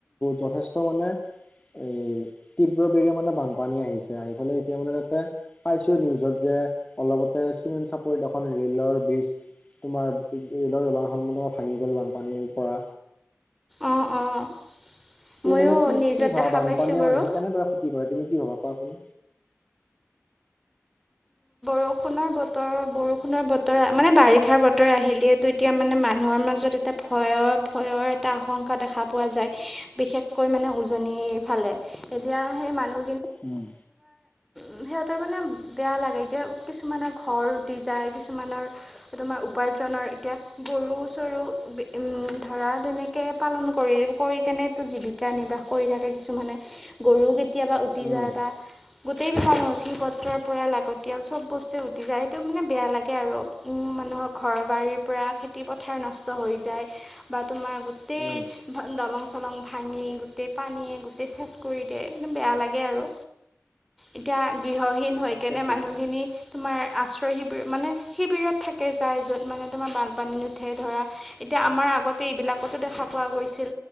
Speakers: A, on the left (about 25°); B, in the centre.
A: যথেষ্ট মানে। এ তীব্ৰ বিগ মানে বানপানী আহিছে। আহিফালে এতিয়া মানে তাতে পাইছো নিউজত যে। অলপতে চিমেণ্ট চাপৰিত এখন ৰে'লৰ বিজ তোমাৰ। ৰেলৰ দলং এখন মানে ভাঙি গ'ল বানপানীৰ পৰা।
B: অঁ অঁ
A: তুমি
B: ময়ো
A: মানে কি
B: নিউজত
A: কি ভা
B: দেখা
A: বানপানীয়া
B: পাইছোঁ বাৰু
A: মানুহৰ কেনেদৰে ক্ষতি কৰে তুমি। কি হ'বা কোৱাচোন।
B: বৰষুণৰ বতৰ বৰষুণৰ বতৰ মানে বাৰিষাৰ বতৰ আহিলেইতটো এতিয়া মানে মানুহৰ মাজত। তাতে ভয়ৰ ভয়ৰ এটা আশংকা দেখা পোৱা যায়। বিশেষকৈ মানে উজনিৰ ফালে। এতিয়া সেই মানুহ।
A: উম।
B: সিহতঁ‌ৰ মানে। বেয়া লাগে। এতিয়া কিছুমানৰ ঘৰ উটি যায়। কিছুমানৰ তোমাৰ উপাৰ্জনৰ এতিয়া। গৰু চৰু উম ধৰা তেনেকে পালন কৰি কৰি কেনেটো জীৱিকা নিৰ্বাহ। কৰি থাকে। কিছুমানে গৰুও কেতিয়াবা উটি
A: উম
B: যায় বা গোটেইবিলাক নথি পত্ৰৰ। পৰা লাগতিয়াল চব বস্তুে উটি যায়। সেইটো মানে বেয়া লাগে আৰু উম মানুহৰ ঘৰ বাৰীৰ পৰা। খেতি পথাৰ নষ্ট হৈ যায় বা তোমাৰ গোটেই
A: উম
B: দলং ছলং। চলং ভাঙি গোটেই পানীয়ে গোটেই চেচ কৰি দিয়ে একদম বেয়া লাগে আৰু। এতিয়া গৃহহী।
A: তাকেতো
B: কেনে মানুহখিনি তোমাৰ। আশ্ৰয় শিবিৰ মানে শিবিৰত থাকে যায়। য'ত মানে তোমাৰ বানপানী নুঠে ধৰা এতিয়া আমাৰ। আগতে এইবিলাকতো দেখা পোৱা গৈছিল।